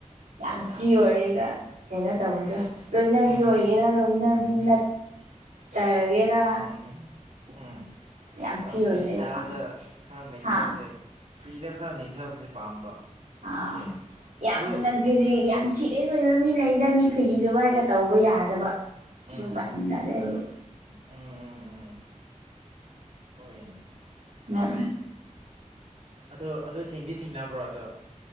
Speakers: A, on the right; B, on the right.
A: ꯌꯥꯝ ꯐ꯭ꯔꯤ
B: ꯑ
A: ꯑꯣꯏꯔꯦꯒ ꯀꯩꯅꯣ ꯇꯧꯕꯗꯣ ꯂꯣꯏꯅꯕꯤ
B: ꯎꯝ ꯍꯝ
A: ꯑꯣꯏꯒꯦꯔꯥ ꯂꯣꯏꯅꯕꯤ ꯅꯠꯇꯒꯦꯔꯥ
B: ꯎꯝ ꯎꯝ ꯎꯝ
A: ꯌꯥꯝ
B: ꯈꯔ ꯐ꯭ꯔꯤ
A: ꯑꯣꯏꯕꯗꯣ
B: ꯏꯁꯇꯥꯏꯜꯗ
A: ꯑꯩ ꯄꯥꯝꯃꯦ
B: ꯈꯔ ꯅꯩꯊꯕꯁꯦ
A: ꯍꯥ
B: ꯐ꯭ꯔꯤꯗ ꯈꯔ ꯅꯩꯊꯕꯁꯦ ꯄꯥꯝꯕ ꯑꯣꯀꯦ
A: ꯑ ꯌꯥꯝꯅ
B: ꯑꯗꯨ
A: <unintelligible> ꯌꯥꯝ ꯁꯤꯔꯤꯌꯁ ꯑꯣꯏꯕ ꯃꯤ ꯂꯩꯗ ꯃꯤ ꯐꯤꯒꯤ ꯖꯣꯒꯥꯏꯒ ꯇꯧꯕ ꯌꯥꯗꯕ
B: ꯎꯝ
A: ꯑꯗꯨꯨꯝꯕ
B: ꯍꯝ
A: ꯍꯨꯅꯗꯦ ꯑꯩꯗꯤ
B: ꯎꯝ ꯎꯝ ꯎꯝ ꯍꯣꯢꯅꯦ
A: ꯃꯣꯢ
B: ꯑꯗꯣ ꯑꯗꯨ ꯊꯦꯡꯗꯤ ꯊꯦꯡꯅꯕ꯭ꯔꯣ ꯑꯗꯣ